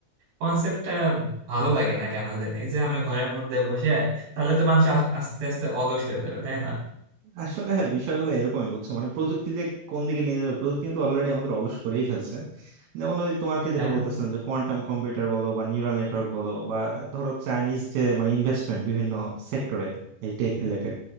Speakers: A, on the right; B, on the right.
A: কনসেপ্টটা ভালো লাগে না কেন জানি যে আমরা ঘরের মধ্যে বসে তাহলে তো মানুষ আস- আস্তে আস্তে অলস হয়ে যাবে তাই না
B: আসলে হ্যাঁ বিষয়গুলো এরকমই বুঝছো মানে প্রযুক্তি যে কোন দিকে নিয়ে যাবে প্রযুক্তি কিন্তু অলরেডি আমাদের অলস করেই ফেলছে যেমন ওই তোমাকে যেটা
A: হ্যাঁ
B: বলতেছিলাম যে কোয়ান্টাম কম্পিউটার বলো বা নিউরাল নেটওয়ার্ক বলো বা ধরো চাইনিজ যে মানে ইনভেস্টমেন্ট বিভিন্ন সেক্টরে এই টেক রিলেটেড